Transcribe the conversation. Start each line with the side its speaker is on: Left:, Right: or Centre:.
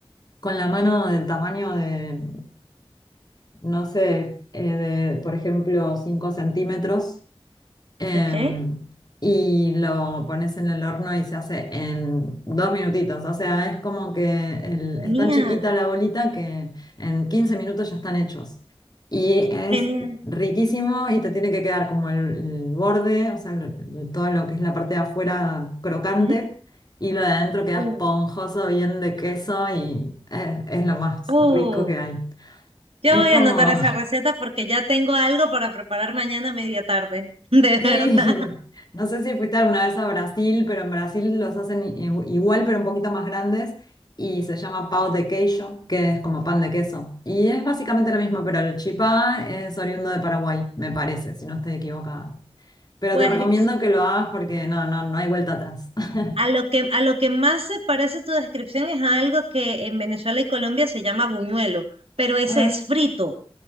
Left: con la mano del tamaño de, no sé, eh, de, por ejemplo, 5 centímetros, em,
Right: ok.
Left: y lo pones en el horno y se hace en dos minutitos. O sea, es como que el-
Right: Genial,
Left: es tan chiquita la bolita que en 15 minutos ya están hechos. Y es
Right: genial.
Left: riquísimo y te tiene que quedar como el, el borde, o sea, el- el- todo lo que es la parte de afuera crocante
Right: Ujú.
Left: y lo de adentro queda
Right: Uh,
Left: esponjoso, bien de queso y es, es lo más
Right: uh,
Left: rico que hay.
Right: yo
Left: Es
Right: voy
Left: como
Right: a anotar esa receta porque ya tengo algo para preparar mañana a media tarde, <laughs> de
Left: Sí,
Right: verdad.
Left: <laughs> no sé si fuiste alguna vez a Brasil, pero en Brasil los hacen i- igual, pero un poquito más grandes y se llama pão de queijo, que es como pan de queso. Y es básicamente lo mismo, pero el chipá es oriundo de Paraguay, me parece, si no estoy equivocada. Pero
Right: Pues
Left: te recomiendo que lo hagas porque no, no, no hay vuelta atrás. <laughs>
Right: a lo que, a lo que más se parece tu descripción es a algo que en Venezuela y Colombia se llama buñuelo, pero ese
Left: Ah,
Right: es frito.